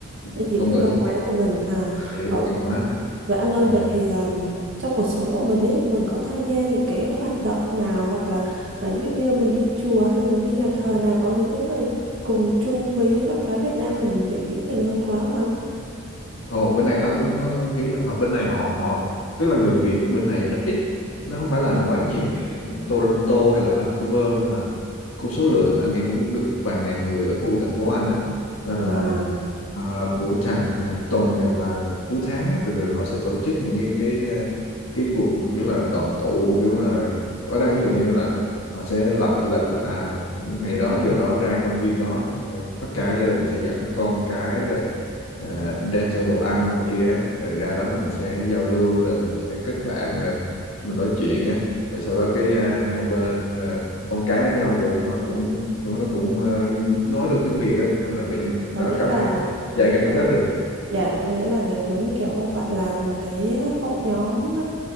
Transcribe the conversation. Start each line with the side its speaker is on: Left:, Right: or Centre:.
Right: Cái
Left: ngôn
Right: giữ được
Left: ngữ
Right: văn
Left: tiếng
Right: hóa
Left: Việt
Right: của mình à,
Left: và giữ
Right: ờ,
Left: được văn hóa này
Right: Vậy anh ơi,
Left: Ừ.
Right: vậy thì um, trong cuộc sống của mình ấy, mình có tham gia những cái hoạt động nào hoặc là à, ví dụ như mình đi chùa hay mình đi nhà thờ nào có những cái người cùng chung với văn hóa Việt Nam mình để giữ nền văn hóa không anh?
Left: Ồ, bên này nó cũng ờ, kiểu là họ bên này họ họ tức là người Việt bên này nó ít nó không phải là
Right: Ừ.
Left: quá nhiều Toronto hay là Vancouver nhưng mà cũng số lượng anh nghĩ cũng được vài ngàn người ở khu thành phố anh á nên
Right: À,
Left: là à, buổi hàng hàng tuần hay là cuối tháng á, thường thường họ sẽ tổ chức những cái cái à, cái cuộc kiểu là đoàn tụ kiểu là ở đây ví dụ như là họ sẽ lập hay lịch là à, ngày đó giờ đó ra công viên đó rồi tất cả gia đình sẽ dẫn con cái rồi à, đem theo đồ ăn này kia rồi ra đó mình sẽ giao lưu rồi mình sẽ kết bạn rồi mình nói chuyện á rồi sau đó cái à, hai bên à, con cái với nhau tự nhiên nó cũng nó cũng à, nói được tiếng Việt á nên là tự nhiên
Right: có
Left: nó
Right: nghĩa
Left: cảm
Right: là
Left: thấy có một sợi dây
Right: ừ,
Left: gắn
Right: vậy,
Left: kết được
Right: dạ, có nghĩa là ờ, giống như kiểu không phải là một cái hội nhóm